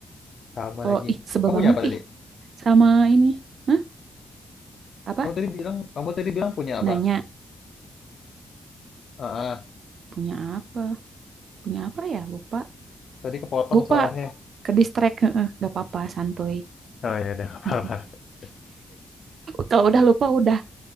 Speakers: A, on the left; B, on the right.
A: Sama
B: Kalau
A: lagi.
B: ih sebel
A: Kamu
B: banget
A: punya apa tadi?
B: ih sama ini. Hah? apa
A: Kamu tadi bilang, kamu tadi bilang punya
B: nanya
A: apa? Ah, ah,
B: punya apa punya apa ya lupa
A: tadi kepotong
B: lupa
A: soalnya.
B: ke distract heeh, nggak apa-apa santuy
A: Oh ya udah nggak
B: mm
A: apa-apa. <laughs>
B: kalau udah lupa udah